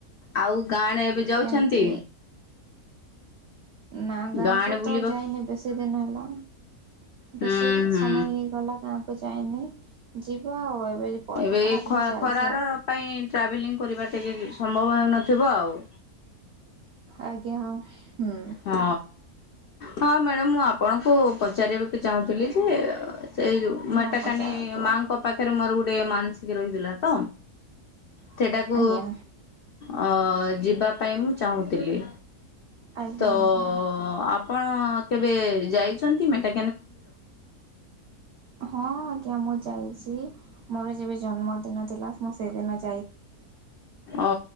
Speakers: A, on the left (about 85°); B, on the right (about 65°).
A: ଆଉ ଗାଁ ଆଡେ ଏବେ ଯାଉଛନ୍ତି?
B: କେମିତି ନା ଗାଁକୁ
A: ଗାଁଆଡେ ବୁଲିବାକୁ
B: ତ ଯାଇନି ବେଶୀ ଦିନ ହେଲା ବେଶୀ
A: ହୁଁ ହୁଁ।
B: ସମୟ ହେଇଗଲା ଗାଁକୁ ଯାଇନି। ଯିବ ଆଉ ଏବେ ପାଠ
A: ଏବେ
B: ପଢ଼ାପଢ଼ି
A: ଏ
B: ଚାଲିଛି
A: ଖରାର
B: ଆଉ
A: ପାଇଁ ଟ୍ରାଭେଲିଂ କରିବା <unintelligible> ସମ୍ଭବ ହେଉନଥିବ ଆଉ।
B: ଆଜ୍ଞା ହଁ ହୁଁ।
A: ହଁ। ହଁ ମ୍ୟାଡ଼ାମ ମୁଁ ଆପଣଙ୍କୁ ପଚାରିବାକୁ ଚାହୁଁଥିଲି ଯେ ସେଇ ଯୋଉ ମଟାକାନୀ
B: ହଁ ପଚାରନ୍ତୁ
A: ମାଆଙ୍କ ପାଖରେ ମୋର ଗୋଟେ ଗୋଟେ ମାନସିକ ରହିଥିଲା ତ। ସେଟାକୁ
B: ଆଜ୍ଞା
A: ଅ ଯିବା ପାଇଁ ମୁଁ ଚାହୁଁଥିଲି।
B: ଆଜ୍ଞା
A: ତ ଆ
B: ଆଜ୍ଞା।
A: ଆପଣ କେବେ ଯାଇଛନ୍ତି ମେଟା
B: ହଁ ଆଜ୍ଞା ମୁଁ ଯାଇଛି ମୋର ଯେବେ ଜନ୍ମଦିନ ଥିଲା ମୁଁ ସେଇଦିନ ଯା
A: ଓ